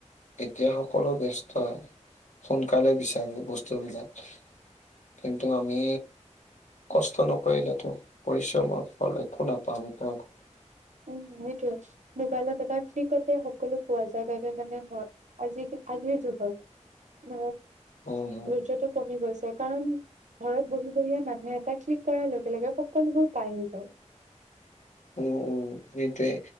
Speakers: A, on the left; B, on the right.
A: এতিয়া সকলো ব্যস্ত হয় সোনকালে বিচাৰো বস্তুবিলাক। কিন্তু আমি- কষ্ট নকৰিলে তো পৰিশ্ৰমৰ ফল একো নাপাও সেইটো আক
B: উম সেইটোৱে মোবাইলত এটা ত্ৰিকতে সকলো পোৱা যায় বাবে মানে আজি আজিৰ যুগক- <unintelligible>
A: উম
B: ধৈৰ্যটো কমি গৈছে। কাৰণ, ঘৰত বহি, বহিয়ে, মানুহে, এটা ক্লিক <unintelligible> লগে, লগে সকলোবোৰ পাই, নিজৰ
A: উম, উম! সেইটৱে।